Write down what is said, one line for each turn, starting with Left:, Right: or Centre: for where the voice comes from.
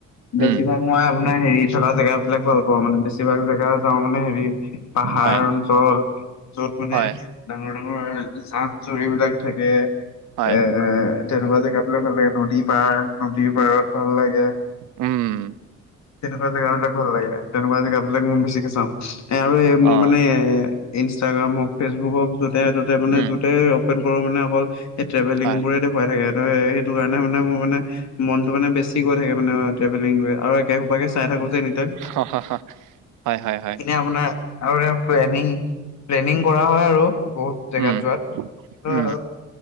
Right: উম
Left: বেছিভাগ মই আপোনাৰ হেৰি থকা জেগা বিলাক ভাল পাওঁ মানে বেছিভাগ জেগা যাওঁ মানে হেৰি পাহাৰ
Right: হয়
Left: অঞ্চল য'ত মানে
Right: হয়
Left: ডাঙৰ ডাঙৰ জান-জুৰি বিলাক থাকে এ
Right: হয়
Left: তেনেকুৱা জেগাবিলাক ভাল লাগে, নদীৰ পাৰ, নদীৰ পাৰত ভাল লাগে,
Right: উম
Left: তেনেকুৱা জেগাবিলাক ভাল লাগে, তেনেকুৱা জেগাবিলাক মই বেছিকে চাওঁ। এ আৰু এই
Right: অ
Left: মোৰ মানে ইনষ্টাগ্ৰাম হওঁক ফেচবুক হওঁক য'ত যতে-ততে মানে
Right: উম
Left: য'তেই অপেন কৰো মানে অকল এই ট্ৰেভেলিং
Right: হয়
Left: বোৰে দেখুৱাই থাকে। হয় সেইটো কাৰণে মানে মোৰ মানে মনতো মানে বেছি গৈ থাকে মানে ট্ৰেভেলিং লৈ আৰু একে সোপাকে চাই থাকো যে এনি টাইম
Right: হা-হা-হা হয়-হয়-হয়।
Left: এনে আপোনাৰ আগতে প্লেনিং প্লেনিং কৰা হয় আৰু বহুত জেগাত
Right: উম
Left: যোৱাত। কিন্ত
Right: উম